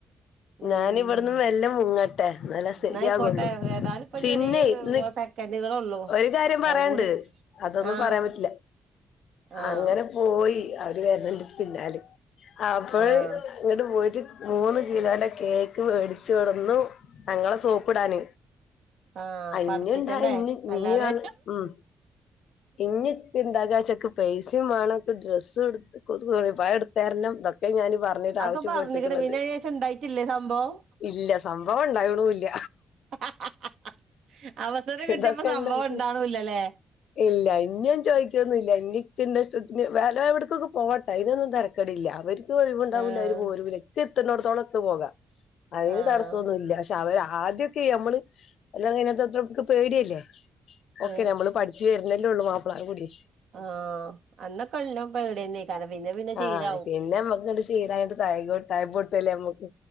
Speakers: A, on the right; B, on the left.
A: ഉം
B: ഞാനിവിടന്ന് വെല്ലെ മുങ്ങട്ടെ നല്ല
A: എന്നായിക്കോട്ടെ
B: സെരിയാകൊള്ളു
A: ഏതായാലും ഇപ്പൊ
B: പിന്നെ
A: ഇനി ഒരു
B: ഇന്ന്
A: സെക്കൻഡുകളേ ഉള്ളൂ
B: ഒരു കാര്യം പറയണ്ട്
A: അത് കൂടി
B: അതൊന്നും
A: ആഹ്
B: പറയാൻ പറ്റില്ല
A: ആഹ്
B: അങ്ങനെ പോയി അവര് വരന്ന്‌ണ്ട് പിന്നാല് അപ്പോഴ്
A: ആഹ്
B: അങ്ങട്ട് പോയിട്ട് മൂന്ന് കിലോന്റെ കേക്ക് മേടിച്ചു കൊടുന്നു ഞങ്ങളെ സോപ്പ് ഇടാന്
A: ആഹ്
B: അഞ്ഞുണ്ട
A: പതപ്പിച്ചണ്ടേ
B: <unintelligible> ഇഞ്
A: അല്ലാതെ
B: ഇഞണ് ഉം ഇഞ് <unintelligible> തകാശൊക്കെ പൈസേം വേണംക്ക് ഡ്രസ്സും എടു കൊ പ എടുത്തരണം ഇതൊക്കെ ഞനും പറഞ്ഞിട്ട്
A: അതൊക്കെ
B: ആവിശപ്പെട്ടിക്കണത്
A: പറഞ്ഞിക്കണ് പിന്നെ അതിന് ശേഷം ഉണ്ടായിട്ടില്ലേ സംഭവം
B: ഇല്ല സംബവം ണ്ടായകണൂല്ല
A: <unintelligible> അവസരം കിട്ടിയപ്പോ
B: ഇതൊക്കെ
A: സംഭവം
B: ഇണ്ട <unintelligible>
A: ഉണ്ടാവണില്ലല്ലേ
B: ഇല്ല ഇഞ്ഞൻ ചോയ് ക്യോന്നുംല്ല എന്ക്കിന്റെ ഇഷ്ടത്തിന് വേ <unintelligible> എവിട്ക്ക്ക്ക് പോട്ടെ അയിനൊന്നുംതെരക്കെടില്ല അവര് ഒയ്വ് ഉണ്ടാവൂല്ല
A: ആഹ്
B: അവര് പോരൂല്ല ക്ക് എത്ത്ന്നടത്തോളം ക്ക് പോകാം അതിന്
A: ആഹ്
B: തടസ്സോന്നുല്ല പക്ഷെ അവര് ആദ്യൊക്കെ നമ്മള് കല്യാണം കഴിഞ്ഞപ്പത്തേക്ക് പേടിയല്ലേ
A: അതെ
B: ഒക്കെ നമ്മള് പഠിച്ചു ജ് വരുന്നല്ലേ ഉള്ളൂ മാപ്പള അത് കുടുങി
A: ആഹ് അന്നൊക്കെ എല്ലാം പരിപാടിന്നെയാ കാരണം പിന്നെ പിന്നെ ശീലാവും
B: ആഹ് പിന്നെ നമ്മക്ക് കണ്ട് ശീലായോണ്ട് <unintelligible> പൊട്ടല്ലേ അമ്മക്ക്